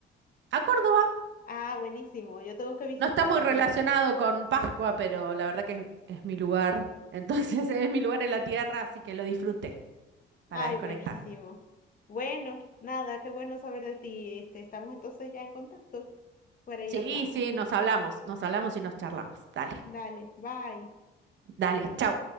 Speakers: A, on the right (about 65°); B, on the left (about 45°).
A: A Córdoba
B: Ah, buenísimo. Yo tengo que visitar,
A: no está muy
B: a
A: relacionado
B: ver.
A: con Pascua, pero la verdad que es, es mi lugar. Entonces <laughs> es mi lugar en la tierra, así que lo disfruté para
B: Ay,
A: desconectar.
B: buenísimo. Bueno, nada, qué bueno saber de ti. Este, estamos entonces ya en contacto. Por ahí
A: Sí,
B: hablamos.
A: sí, nos hablamos, nos hablamos y nos charlamos. Dale,
B: Dale, bye.
A: dale, chau.